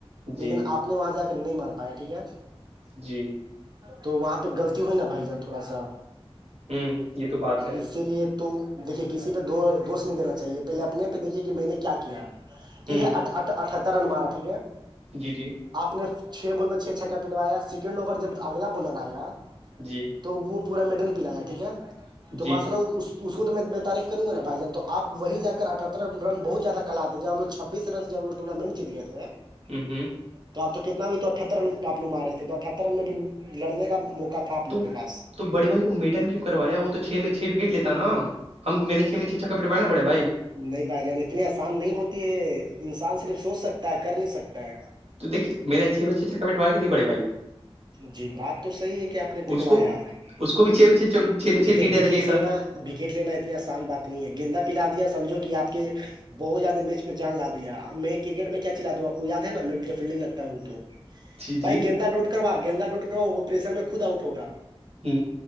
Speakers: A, on the right; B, on the right.
A: جی
B: لیکن آپ نے وہاں جا کر نہیں مار پایا ٹھیک ہے
A: جی
B: تو وہاں پہ غلطی ہوئی نا بھائی جان تھوڑا سا
A: ہوں یہ تو بات ہے
B: اسی لیے تو دیکھیے کسی پہ دوست نہیں دینا چاہیے پہلے اپنے پہ دیکھیے کہ میں نے کیا کیا ٹھیک
A: ہوں
B: ہے اٹھتر رن مارا ٹھیک ہے
A: جی جی
B: آپ نے چھ بول پہ چھ چھ کٹ پٹوایا سیکنڈ اوور جب اگلا بالر آیا
A: جی
B: تو وہ پورا میڈل پلایا ٹھیک ہے تو
A: جی
B: ماسءلہ اس کو تو میں ب تعریف کروں گا بھائی جان تو آپ وہی جا کر اٹھتر رن بہت زیادہ کل تھاے جب ہمو چھبیسن جب ہمو ٹورنامنٹ جی گئے تھے
A: ہوں ہوں
B: تو آپ تو کتنا بھی تو اٹھتر رن آ لوگار رہے تو اٹھتر رن میں بھی لڑنے کا موقع تھا آپ لوگوں
A: تو
B: کے پاس
A: تو بڑے بھائی میڈن کیوں کروایا وہ تو چھ میں چھ وکٹ لیتا نا ہم میں نے چھ میں چھ چک کپ لٹوائے نا بڑے بھائی
B: نہیں بھائی جان اتنی آسان نہیں ہوتی ہے انسان صرف سوچ سکتا ہے کر نہیں سکتا ہے
A: تو دیکے میرے چھے چھ چھ ک پٹوا کہ نہیں بڑے بھائی
B: جی بات تو صحیح ہے کہ آپ نے پٹوایا
A: اس کو اس کو پچھے پچھ چھ چھپکٹااہیے
B: دیکھیے وکٹ لینا وکٹ لینا اتنی آسان بات نہیں ہے گیندا پلا دیا سمجھو کہ آپ کے بہت زیادہ میچ میں جان لا دیاب میں کرکٹ میں کیا چلا دوں آپ کو یاد ہے نا میں جب فیلڈنگ لگتا ہوں تو
A: جی
B: بھائی
A: جی
B: گندا ڈوٹ کروا گندا ڈوٹ کروا وہ پریشر میں خود آؤٹ ہوگا
A: ہ